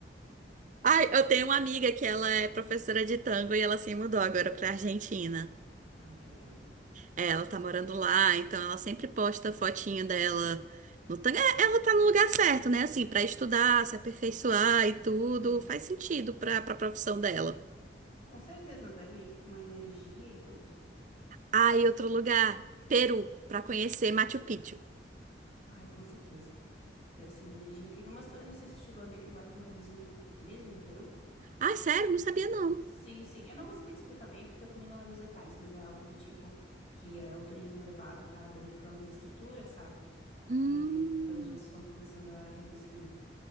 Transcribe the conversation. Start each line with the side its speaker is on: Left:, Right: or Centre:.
Right: Ai, eu tenho uma amiga que ela é professora de tango e ela se mudou agora pra Argentina.
Left: Ai, que legal.
Right: É, ela tá morando lá, então ela sempre posta fotinho dela no tango. É, ela tá no lugar certo, né? Assim, pra estudar, se aperfeiçoar e tudo,
Left: Hum,
Right: faz sentido pra, pra profissão dela.
Left: com certeza, deve ir com uma energia e tudo.
Right: Ah, e outro lugar, Peru, pra conhecer Machu Picchu.
Left: Ai, com certeza. Deve ser uma energia incrível, mas tu- eu não sei se tu chegou a ver que agora estão reduzindo o o turismo em Peru.
Right: Ah, sério? Não sabia não.
Left: Sim, sim. Eu não vou saber te explicar bem, porque eu também não lembro os detalhes, mas é algo do tipo que é, o turismo elevado tá danificando as estruturas, sabe?
Right: Hum.
Left: E pelos vistos estão começando a reduzir, né?